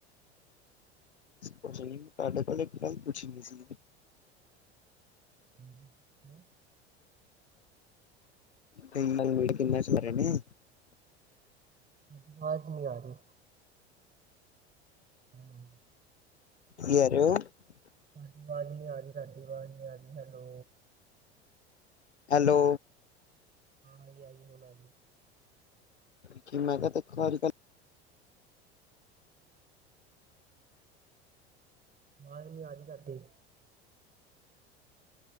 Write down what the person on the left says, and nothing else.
ਤੁਹਾਡੇ ਕੋਲ ਇੱਕ ਗੱਲ ਪੁੱਛੀ ਨੀ ਸੀ
ਕਈ ਕਿੰਨਾ ਸਾਰੇ ਨੇ
<unintelligible>
ਹੈਲੋ
ਕਿ ਮੈਂ ਕਿਹਾ ਤੇ <inaudible>